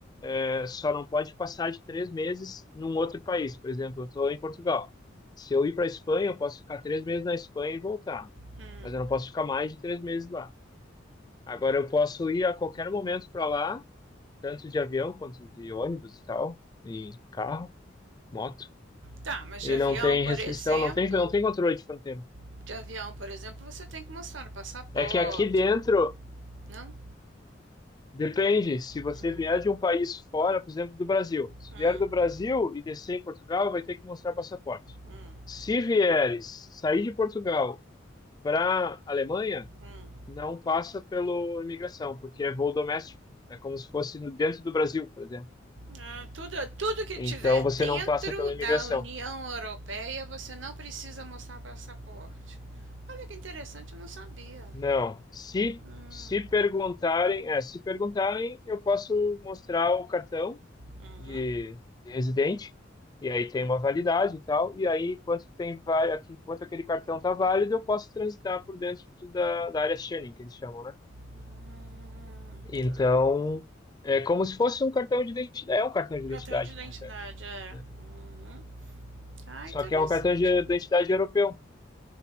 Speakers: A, on the left; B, on the right.
A: é, só não pode passar de três meses num outro país. Por exemplo, eu estou em Portugal. Se eu ir para a Espanha, eu posso ficar três meses na Espanha e voltar,
B: hum.
A: mas eu não posso ficar mais de três meses lá. Agora eu posso ir a qualquer momento para lá tanto de avião quanto de ônibus e tal, e carro, moto.
B: Tá, mas
A: E
B: de avião,
A: não tem
B: por
A: restrição,
B: exemplo,
A: não tem, não tem controle de fronteira.
B: de avião, por exemplo, você tem que mostrar o passaporte,
A: É que aqui dentro,
B: né? Não?
A: depende, se você
B: Hum,
A: vier de um país fora, por exemplo, do Brasil. Se
B: hum,
A: vier do Brasil e descer em Portugal, vai ter que mostrar passaporte.
B: hum.
A: Se vieres sair de Portugal para Alemanha,
B: Hum.
A: não passa pelo imigração, porque é voo doméstico. É como se fosse no- dentro do Brasil, por exemplo.
B: Ah, tudo, tudo que
A: Então
B: tiver
A: você
B: dentro
A: não passa pela
B: da
A: imigração.
B: União Europeia, você não precisa mostrar passaporte. Olha que interessante, eu não sabia.
A: Não. Se,
B: Hum,
A: se perguntarem, é, se perguntarem, eu posso mostrar o cartão
B: uhum.
A: de, de residente, e aí tem uma validade e tal, e aí, enquanto tem, va- aqui- enquanto aquele cartão está válido, eu posso transitar por dentro da, da área Schengen, que eles chamam, né?
B: Hum,
A: Então,
B: tá.
A: é como se fosse um cartão de identidade, é um cartão de identidade,
B: Cartão de identidade,
A: na realidade,
B: é.
A: né?
B: Uhum. Ah,
A: Só
B: interessante.
A: que é um cartão de identidade europeu,